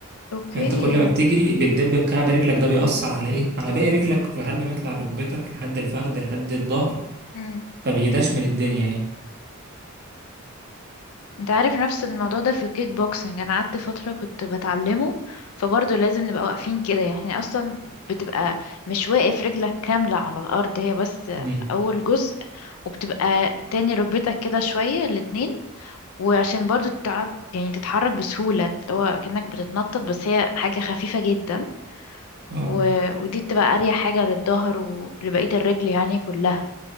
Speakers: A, on the left (about 75°); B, on the right (about 50°).
A: اوكي
B: انت كل ما بتجري بتدب بكعب رجلك ده بيأثر على ايه على باقي رجلك لحد ما يطلع ركبتك لحد الفخذ لحد الظهر
A: أم.
B: فبيدشمل الدنيا يعني
A: انت عارف نفس الموضوع ده في الكيك بوكسنج انا قعدت فترة كنت بتعلمه فبرضه لازم نبقى واقفين كده يعني اصلا بتبقى مش واقف رجلك كاملة على الارض هي بس
B: امم
A: اول جزء وبتبقى تاني ركبتك كده شوية الاتنين وعشان برضه تقعد يعني تتحرك بسهولة اللي هو كأنك بتتنطط بس هي حاجة خفيفة جدا
B: اه
A: و... ودي بتبقى اريح حاجة للظهر ولبقية الرجل يعني كلها